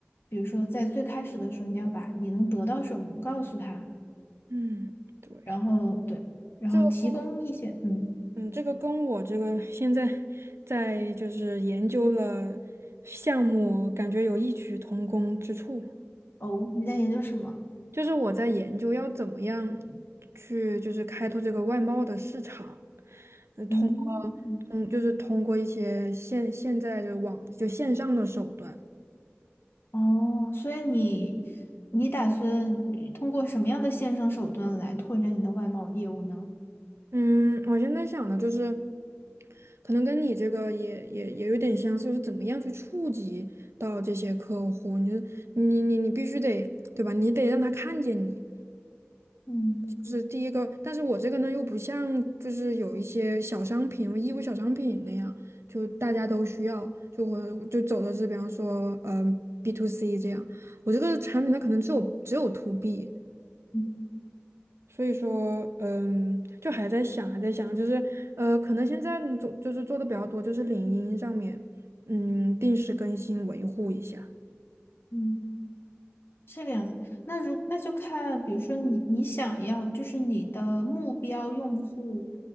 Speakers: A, on the left; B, on the right.
A: 比如说在最开始的时候，你要把你能得到什么告诉他，
B: 嗯，对，
A: 然后对，然后提供一些嗯
B: 这个跟嗯，这个跟我这个现在在就是研究了项目，感觉有异曲同工之处。
A: 哦，你在研究什么？
B: 就是我在研究要怎么样去就是开拓这个外贸的市场，呃，通
A: 嗯，
B: 通就是通过一些现现在的网就线上的手段。
A: 哦，所以你你打算通过什么样的线上手段来拓展你的外贸业务呢？
B: 嗯，我现在想的就是，可能跟你这个也也也有点相似，就是怎么样去触及到这些客户，你就你你你必须得对吧？你得让他看见你。
A: 嗯
B: 就是第一个，但是我这个呢又不像就是有一些小商品、义乌小商品那样，就大家都需要，就我就走的是比方说，嗯，B to C 这样，我这个产品它可能只有只有 to B，
A: 嗯
B: 所以说，嗯，就还在想，还在想，就是呃，可能现在做就是做的比较多，就是领英上面，嗯，定时更新维护一下。
A: 嗯，这个样子。那如那就看，比如说你你想要，就是你的目标用户